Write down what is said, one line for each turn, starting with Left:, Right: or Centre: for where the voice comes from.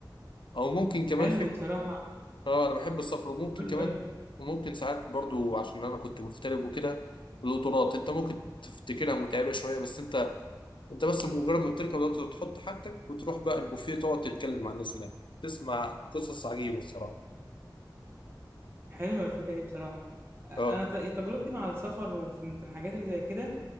Left: او ممكن كمان
Right: حلو
Left: في
Right: بصراحه
Left: اه انا بحب السفر وممكن
Right: قول
Left: كمان
Right: لي قول لي
Left: وممكن ساعات برضو عشان انا كنت مغترب وكده القطارات انت ممكن تفتكرها متعبه شويه بس انت انت بس مجرد ما بتركب القطر تحط حاجتك وتروح بقى البوفيه تقعد تتكلم مع الناس هناك تسمع قصص عجيبه الصراحه
Right: حلوه الفكره دي بصراحه انا
Left: اه
Right: ت- تجربتي مع السفر وفي في الحاجات اللي زي كده